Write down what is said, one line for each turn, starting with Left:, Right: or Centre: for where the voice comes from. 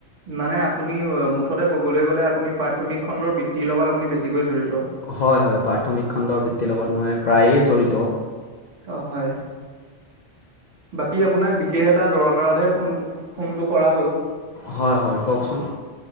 Right: মানে আপুনি মুথতে কবলৈ গ'লে আপুনি প্ৰাথমিক খণ্ডৰ ব্তিৰ লগত আপুনি বছিকৈ জড়িত।
Left: হয়, হয়, প্ৰাথমিক খণ্ডৰ বৃত্তিৰ লগত মই প্ৰায়ে জড়িত।
Right: অ' হয়। বাকী আপোনাক বিশেষ এটা দৰকাৰতহে ফোন ফোনটো কৰা হ'ল।
Left: হয়, হয়, কওকচোন।